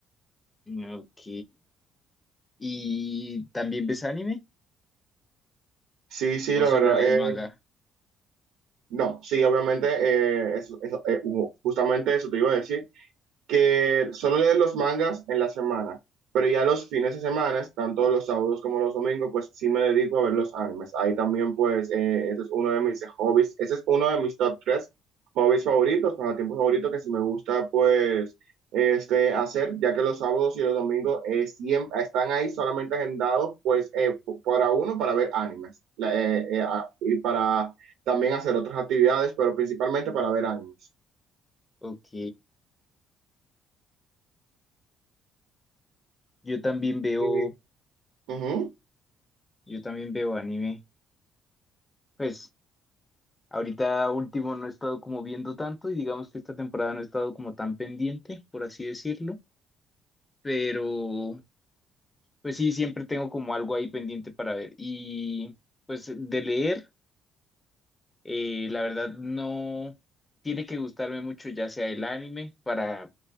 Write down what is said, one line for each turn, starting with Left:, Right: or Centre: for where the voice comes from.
Left: Ok. ¿Y también ves anime?
Right: Sí, sí,
Left: ¿O
Right: la
Left: solo
Right: verdad,
Left: lees
Right: eh,
Left: manga?
Right: no, sí, obviamente, eh, eso, eso, eh, ju- justamente eso te iba a decir que solo leen los mangas en la semana, pero ya los fines de semana, tanto los sábados como los domingos, pues sí me dedico a ver los animes. Ahí también, pues, eh, ese es uno de mis hobbies, ese es uno de mis top tres hobbies favoritos, pasatiempos favoritos que sí me gusta, pues, este, hacer, ya que los sábados y los domingos eh, siem- están ahí solamente agendados, pues, eh, p- para uno, para ver animes, la- eh, eh, a- y para también hacer otras actividades, pero principalmente para ver animes.
Left: Ok. Yo también veo,
Right: Sí. Ujú.
Left: yo también veo anime. Pues ahorita último no he estado como viendo tanto y digamos que esta temporada no he estado como tan pendiente, por así decirlo. Pero pues sí, siempre tengo como algo ahí pendiente para ver. Y pues de leer. Eh, la verdad no tiene que gustarme mucho ya sea el anime para,